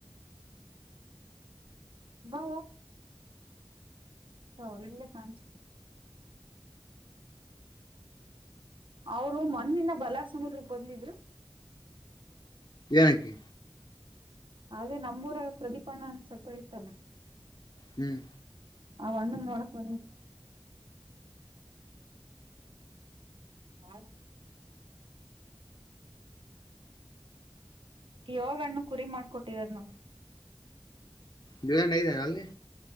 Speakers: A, on the right; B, on the left.
A: ಬ ಹ ಇಲ್ಲೇ ಕಾಣಿಸ್ತು ಅವರು ಮ್ಣಿನ ಬಲಾರ್ಸುದ್ರ ಬಂದಿದ್ರು
B: ನಕ್ಕೆ.
A: ಅದೇ ನಮ್ಮೂರ ಪ್ರದೀಪಣ್ಣ ಅಂದ ಸ್ವಲ್ಪ ಇತ್ತಲ್ಲ.
B: ಹ್ಮ್.
A: ಒ್ಣಕ ನಿ. ಹಾ. ಯೋಗಣ್ಣು ಕುರಿ ಮಾಡ್ಕೊಟ್ಟಿದಾರ ನೋ.
B: ದರಣ ಇದದೆನೆ ಅಲ್ಲಿ.